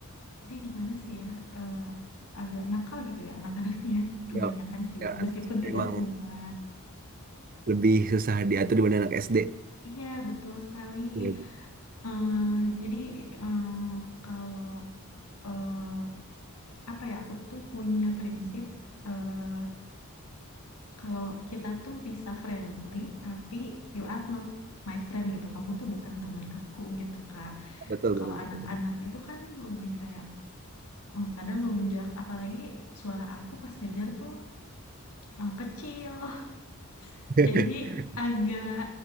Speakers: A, on the left; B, on the right.
A: jadi gimana sih ya eh, agak nakal gitu ya anak-anaknya <laughs> kebanyakan
B: ya,
A: sih
B: ya anak
A: meskipun
B: SMP
A: tidak
B: emang
A: semua
B: lebih susah diatur dibanding anak SD
A: iya betul sekali
B: Iya, iya.
A: Eh, jadi eh, kalau eh, apa ya aku tuh punya prinsip eh, Kalau kita tuh bisa friendly, tapi you are not my friend gitu. Kamu tuh bukan teman aku gitu, Kak.
B: betul
A: Kalau
B: betul
A: anak-anak
B: betul, betul.
A: itu kan lebih kayak oh, kadang ngelunjak, apalagi suara aku pas ngejar tuh eh, kecil. <laughs>
B: <laughs>
A: Jadi agak